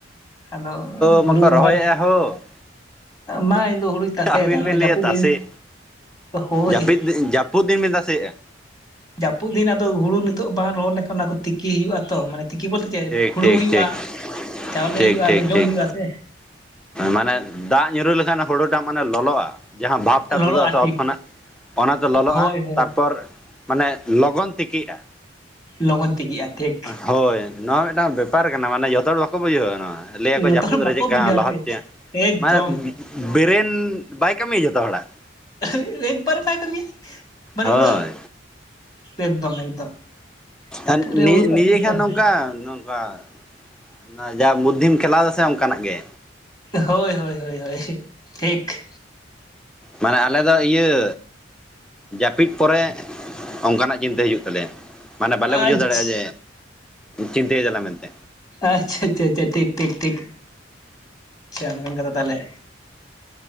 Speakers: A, on the left; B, in the centre.
A: ᱟᱫᱚ
B: ᱢᱟᱠᱚ
A: ᱦᱩᱲᱩ ᱠᱚᱨᱮ
B: ᱨᱚᱦᱚᱭᱮᱫᱼᱟ ᱦᱳ
A: ᱢᱟ ᱤᱧ ᱫᱚ ᱦᱩᱲᱩᱧ ᱛᱟᱞᱮᱭᱟ
B: ᱟᱹᱵᱤᱱ
A: ᱫᱟᱜ ᱱᱚᱜᱼᱚᱭ
B: ᱵᱤᱱ ᱞᱟᱹᱭᱮᱫ
A: ᱡᱟᱹᱯᱩᱫ
B: ᱛᱟᱥᱮ
A: ᱫᱤᱱ ᱦᱳᱭ
B: ᱡᱟᱹᱯᱤᱫ ᱡᱟᱹᱯᱩᱫ ᱫᱤᱱ ᱵᱮᱱ ᱛᱟᱥᱮᱭᱮᱜᱼᱟ?
A: ᱡᱟᱹᱯᱩᱫ ᱫᱤᱱ ᱟᱫᱚ ᱦᱩᱲᱩ ᱱᱤᱛᱚᱜ ᱵᱟᱝ ᱨᱚᱦᱚᱲ ᱞᱮᱠᱷᱟᱱ ᱚᱱᱟ ᱠᱚ ᱛᱤᱠᱤ ᱦᱩᱭᱩᱜᱼᱟ ᱛᱚ ᱢᱟᱱᱮ ᱛᱤᱠᱤ ᱵᱚᱞᱛᱮ ᱪᱮᱜ
B: ᱴᱷᱤᱠ
A: ᱦᱩᱲᱩᱝ
B: ᱴᱷᱤᱠ
A: ᱦᱩᱭᱩᱜᱼᱟ
B: ᱴᱷᱤᱠ
A: ᱪᱟᱣᱞᱮ
B: ᱴᱷᱤᱠ
A: ᱦᱩᱭᱩᱜᱼᱟ
B: ᱴᱷᱤᱠ
A: ᱟᱫᱚ ᱡᱚᱢ
B: ᱴᱷᱤᱠ
A: ᱦᱩᱭᱩᱜᱼᱟ ᱥᱮ᱾
B: ᱢᱟᱱᱮ ᱫᱟᱜ ᱧᱩᱨᱩ ᱞᱮᱠᱷᱟᱱ ᱦᱩᱲᱩᱴᱟᱜ ᱢᱟᱱᱮ ᱞᱚᱞᱚᱜᱼᱟ᱾ ᱡᱟᱦᱟᱸ ᱵᱷᱟᱵᱽᱴᱟᱜ
A: ᱞᱚᱞᱚᱜᱼᱟ
B: ᱛᱩᱫᱩᱜ ᱟᱥᱮ
A: ᱴᱷᱤᱠ
B: ᱚᱛ ᱠᱷᱚᱱᱟᱜ ᱚᱱᱟ ᱛᱮ ᱞᱚᱞᱚᱜᱼᱟ
A: ᱦᱳᱭ ᱦᱳᱭ
B: ᱛᱟᱨᱯᱚᱨ ᱢᱟᱱᱮ ᱞᱚᱜᱚᱱ ᱛᱮᱠᱮᱜᱼᱟ᱾
A: ᱞᱚᱜᱚᱱ ᱛᱮᱠᱮᱜᱼᱟ ᱴᱷᱤᱠ ᱾
B: ᱦᱳᱭ ᱱᱚᱣᱟ ᱢᱤᱫᱴᱟᱝ ᱵᱮᱯᱟᱨ ᱠᱟᱱᱟ ᱢᱟᱱᱮ ᱡᱚᱛᱚ ᱦᱚᱲ ᱵᱟᱠᱚ ᱵᱩᱡᱷᱟᱹᱣᱟ ᱱᱚᱣᱟ᱾ ᱞᱟᱹᱭᱟᱠᱚ
A: ᱡᱚᱛᱚ
B: ᱡᱟᱹᱯᱩᱫ
A: ᱦᱚᱲ ᱵᱟᱠᱚ
B: ᱨᱮ ᱪᱮᱫᱠᱟ
A: ᱵᱩᱡᱟ
B: ᱞᱟᱦᱚᱫ
A: ᱥᱮ
B: ᱪᱚᱭᱟ
A: ᱮᱠᱫᱚᱢ
B: ᱢᱟᱱᱮ ᱵᱨᱮᱱ ᱵᱟᱭ ᱠᱟᱹᱢᱤᱭᱟ ᱡᱚᱛᱚ ᱦᱚᱲᱟᱜ᱾
A: <unintelligible> ᱮᱠᱵᱟᱨᱮᱭ ᱵᱟᱭ ᱠᱟᱹᱢᱤᱭᱟ ᱢᱟᱱᱮ
B: ᱦᱳᱭ
A: ᱩᱱᱟᱹᱜ ᱮᱠᱫᱚᱢ ᱮᱠᱫᱚᱢ᱾ ᱡᱟᱹᱯᱩᱫ
B: ᱮᱫ
A: ᱨᱮ
B: ᱱᱤᱭᱟᱹ
A: ᱦᱩᱲᱩ ᱛᱟᱥᱮ
B: ᱱᱤᱭᱟᱹᱠᱷᱟᱱ
A: ᱦᱩᱭᱩᱜᱼᱟ
B: ᱱᱚᱝᱠᱟ
A: ᱦᱮᱸ
B: ᱵᱟᱥ ᱱᱚᱭᱟ ᱡᱟ ᱵᱩᱫᱽᱫᱷᱤᱢ ᱠᱷᱮᱞᱟᱣ ᱫᱟ ᱥᱮ ᱚᱝᱠᱟᱱᱟᱜ ᱜᱮ᱾
A: ᱦᱳᱭ ᱦᱳᱭ ᱦᱳᱭ ᱦᱳᱭ ᱴᱷᱤᱠ᱾
B: ᱢᱟᱱᱮ ᱟᱞᱮ ᱫᱚ ᱤᱭᱟᱹ ᱡᱟᱯᱤᱫ ᱯᱚᱨᱮ ᱚᱝᱠᱟᱱᱟᱜ ᱪᱤᱱᱛᱟᱹ ᱦᱤᱡᱩᱜ ᱛᱟᱞᱮᱭᱟ᱾ ᱢᱟᱱᱮ ᱵᱟᱞᱮ ᱵᱩᱡᱷᱟᱹᱣ
A: ᱟᱪᱪᱷᱟ
B: ᱫᱟᱲᱮᱭᱟᱜᱼᱟ ᱡᱮ, ᱪᱤᱱᱛᱟᱹᱭ ᱫᱟᱞᱮ ᱢᱮᱱᱛᱮ᱾
A: ᱟᱪᱪᱷᱟ ᱟᱪᱪᱷᱟ ᱟᱪᱪᱷᱟ ᱴᱷᱤᱠ ᱴᱷᱤᱠ ᱴᱷᱤᱠ ᱚᱝᱠᱟᱱ ᱠᱟᱛᱷᱟ ᱛᱟᱦᱞᱮ᱾